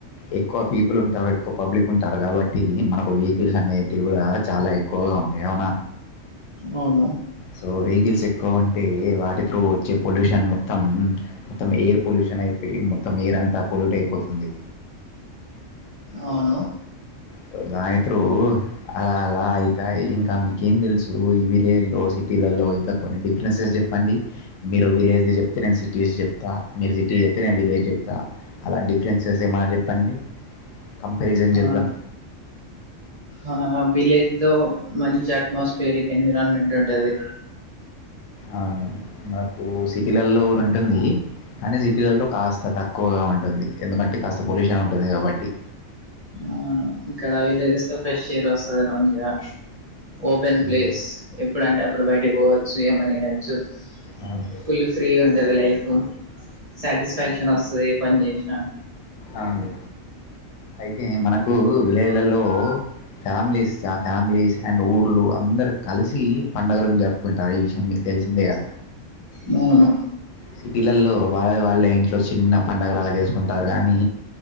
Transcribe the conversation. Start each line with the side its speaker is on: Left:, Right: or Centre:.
Left: ఎక్కువ పీపుల్ ఉంటారు ఎక్కువ పబ్లిక్ ఉంటారు కాబట్టి మనకు వెహికల్స్ అనేటివి కూడా చాలా ఎక్కువగా ఉంటాయి అవునా
Right: అవును
Left: సో వెహికల్స్ ఎక్కువ అంటే వాటి త్రూ వచ్చే పొల్యూషన్ మొత్తం మొత్తం ఎయిర్ పొల్యూషన్ షయి మొత్తం ఎయిర్ అంతా పొల్యూట్ అయిపోతుంది
Right: అవును
Left: సో దానిత్ర అలా అలా అయితాయి ఇంకా మీకేం తెలుసు ఇవిలే లో సిటీ స్లల్లో ఇంకా కొన్ని డిఫరెన్సెస్ చెప్పండి మీరు విలేజ్ చెప్తే నేను సిటీస్ చెప్తా మీరు సిటీ చెప్తేనేే విలేజ్ చెప్తాను అలా డిఫరెన్సెస్ ఏమైన్నా చెప్పండి కంపారిజన్
Right: ఆ
Left: చేద్దాం
Right: ఆ విలేజ్ లో మంచి అట్మాస్ఫియర్ ఎన్విరాన్మెంట్ ఉంటది
Left: అవును మాకు సిటీలలో కూడా ఉంటుంది కానీ సిటీలలో కాస్త తక్కువగా ఉంటుంది ఎందుకంటే కాస్త పొల్యూషన్ ఉంటుంది కాబట్టి
Right: అవును ఇక్కడ విలేజెస్ లో ఫ్రెష్ ఎయిర్ వస్తాది మంచిగా ఓపెన్ ప్లేస్
Left: ఉమ్,
Right: ఎప్పుడు అంటే అప్పుడు బయటకి పోవచ్చు ఏమన్న చేయచ్చు
Left: అవును
Right: ఫుల్ ఫ్రీ గా ఉంటుంది లైఫ్ సాటిస్ఫాక్షన్ వస్తాది ఏ పని చేసి ఆ
Left: అవునండి అయితే మనకు విలేజ్ లల్లో ఫ్యామిలీస్ ఆ ఫ్యామిలీస్ అండ్ ఊర్లు అందరు కలిసి పండుగలను జరుపుకుంటారు ఈ విషయం మీ తెలిసిందే కదా
Right: నవును
Left: సిటీలల్లో వాళ్ళ వాళ్ళే ఇంట్లో చిన్న పండగలాగా చేసుకుంటారు కానీ